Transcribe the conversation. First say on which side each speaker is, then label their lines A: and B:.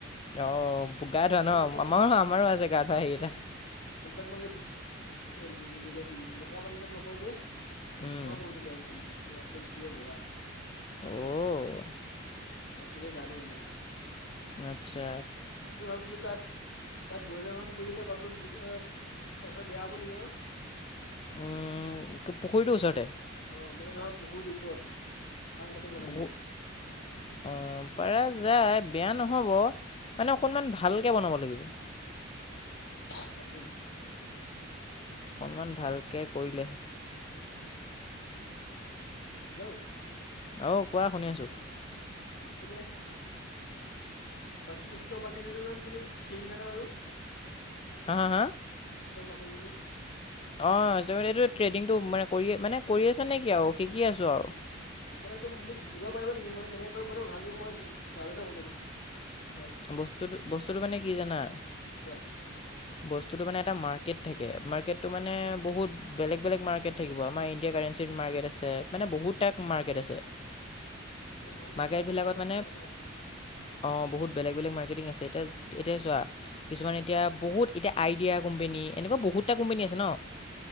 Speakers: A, on the left; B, on the left.
A: অহ। গা
B: পানীটো
A: ধোৱা ন,
B: মানে
A: আমাৰো আমাৰো আছে গা ধোৱা সেই এটা।
B: তাত মানে লেতেৰা পানী যে নকৰে যে।
A: উম।
B: <unintelligible> পুৰা একদম পিয়'ৰ বগা।
A: <unintelligible>
B: তাত চুলে গা ধো মানে মো।
A: আত্চ্ছা।
B: তাকে ভাবিছো তাত তাত ব্ৰইলাৰ ফাৰ্ম খুলিলে কথাটো <unintelligible> কথাটো বেয়া হ'ব নেকি ন।
A: উম পুখুৰীটো ওচৰতে।
B: অ মানে নহয় পুখুৰীটো ওপৰত মানে। চাং পাতি বনাম
A: বকো
B: বুলি ভাবিছিলো
A: অ পাৰা যায়। বেয়া নহব মানে অকনমান ভালকে বনাব লাগিব।
B: হয় থাকিম।
A: অকনমান ভালকে কৰিলে
B: হেল্ল' হেল্ল'
A: অ কোৱা শুনি আছোঁ?
B: নোৱাৰোঁ এইফালে বাকী ষ্টক মাৰকেট তুমি শিকিছা নে বাৰু?
A: হা হা হা।
B: ইষ্টক মাকেটিংটো।
A: অ এইটো মানে ট্ৰেডিংটো মানে কৰিয়ে মানে কৰি আছানে কি আও শিকি আছো আও।
B: মানে এইটো মোক বুজাব পাৰিবা নেকি মানে কেনেকে কয় মানে ভালকে মই নাজানো মানে বস্তুটো। তোমাৰ
A: বস্তুটো বস্তুটো মানে কি জানা
B: কোৱা
A: বস্তুটো মানে এটা মাৰ- কেট থাকে। মাৰ্কেটটো মানে বহুত বেলেগ বেলেগ মাৰ্কেট থাকিব, আমাৰ ইণ্ডিয়া কাৰেঞ্চিৰ মাৰ্কেট আছে। মানে বহু টাইপ মাৰ্কেট আছে।
B: মান বহুত
A: মাৰ্কেটবিলাকত
B: ধৰণ বেলেগ বেলেগ
A: মানে
B: মাৰকেটিং আছে। যেনেকে ধৰক
A: অ
B: আপোনাৰ
A: বহুত
B: এইবিলাক
A: বেলেগ বেলেগ
B: কোম্পানী
A: মাৰ্কেটিং
B: বিলাক
A: আছে,
B: হয়নে
A: এতিয়া এতিয়া চোৱা কিছুমান এতিয়া বহুত এতিয়া আইডিয়া কোম্পেনী এনেকুৱা বহুতটা কোম্পেনী আছে ন